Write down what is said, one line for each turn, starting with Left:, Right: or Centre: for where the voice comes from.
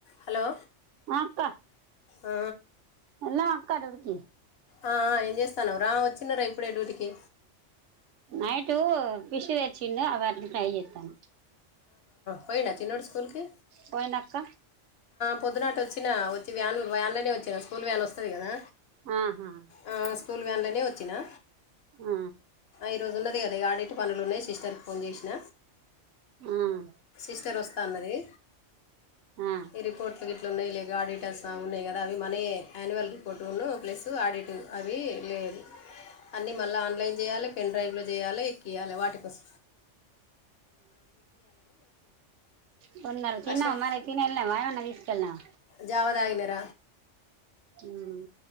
Left: Hello
Right: ఆ అక్క
Left: ఆ,
Right: ఉన్నరా అక్క డురికీ
Left: అ ఆ ఏం చేస్తున్నావ్రా వచ్చినార ఇప్పుడే డ్యూటీకి
Right: నైటు ఫిష్ తెచ్చిండు అ వాటిని ఫ్రై చేత్తన్న
Left: పాయిండ చిన్నోడు స్కూల్కి
Right: పోయిండక్క
Left: పొద్దున అట్ ఒచ్చినా వచ్చి వ్యాన్ వ్యాన్లోనే వచ్చినా స్కూల్ వ్యాన్ వస్తది కదా
Right: ఆహా
Left: ఆ, స్కూల్ వ్యాన్లోనే ఒచ్చినా
Right: ఆ
Left: ఈ రోజు ఉన్నది కదా ఇగ ఆడిట్ పనులు ఉన్నాయి సిస్టర్క్ ఫోన్ చేసిన
Right: ఆహ్
Left: స్ధర ఒస్త అన్నది
Right: ఆ
Left: ఇ రిపోర్ట్ల్ గిట్ లున్నాయి లే గాడిటర్స్ ఉన్నాయి కదా అవి మన ఆయాన్యువల్ రిపోర్ట్ ఉన్న ప్లస్ టు ఆడిట్టూ అవి లేరి అన్ని మల్ల ఆన్లైన్ చేయలే పెండ్రైవ్ల చేయలే కియాలా వాటికోస్
Right: కొన్నర్ తిన్నావ
Left: వర్షం
Right: మరి, తిని ఎల్నవ ఏమైనా తీసుకెళ్నవ?
Left: జావ దాగినర
Right: ఉమ్